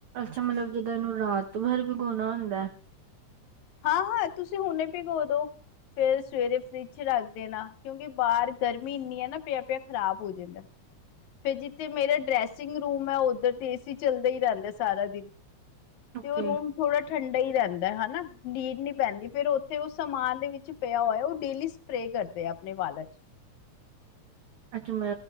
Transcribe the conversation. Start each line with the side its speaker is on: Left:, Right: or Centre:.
Right: ਅੱਛਾ ਮਤਲਬ ਜਿੱਦਾਂ ਇਹਨੂੰ ਰਾਤ ਤੋਂ ਬਰ ਵਿਗਾਉਣਾ ਹੁੰਦਾ ਹੈ
Left: ਹਾਂ ਹਾਂ ਤੁਸੀਂ ਹੁਣੇ ਭਗ ਦੋ ਫੇਿਰ ਸਵੇਰੇ ਫਰਿੱਜ ਚ ਰੱਖ ਦੇਣਾ ਕਿਉਂਕਿ ਬਾਹਰ ਗਰਮੀ ਇੰਨੀ ਹੈ ਨਾ ਪਿਆ ਪਿਆ ਖ਼ਰਾਬ ਹੋ ਜਾਂਦਾ ਫਿਰ ਜਿੱਥੇ ਮੇਰਾ ਡਰੈਸਿੰਗ ਰੂਮ ਹੈ ਉਓਧਰ ਤੇ ਏਸੀ ਚੱਲਦਾ ਹੀ ਰਹਿੰਦਾ ਸਾਰਾ ਦਿਨ
Right: ਓਕੇ
Left: ਤੇ ਉਹ ਰੂਮ ਥੋੜਾ ਠੰਡਾ ਹੀ ਰਹਿੰਦਾ ਹਨਾ ਨੀਡ ਨੀ ਪੈਂਦੀ ਫੇਿਰ ਉੱਥੇ ਉਹ ਸਮਾਨ ਦੇ ਵਿੱਚ ਪਿਆ ਹੋਇਆ ਉਹ ਡੇਲੀ ਸਪਰੇ ਕਰਦੇ ਆਪਣੇ ਪਾਲਕ
Right: ਅੱਛਾ ਮ